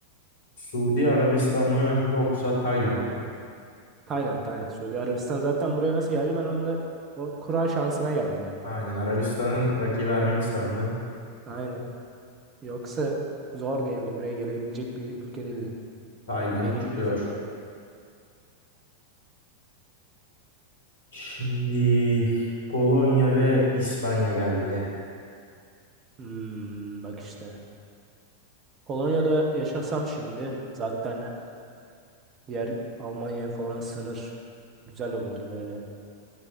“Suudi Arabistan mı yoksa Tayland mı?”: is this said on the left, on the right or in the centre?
Left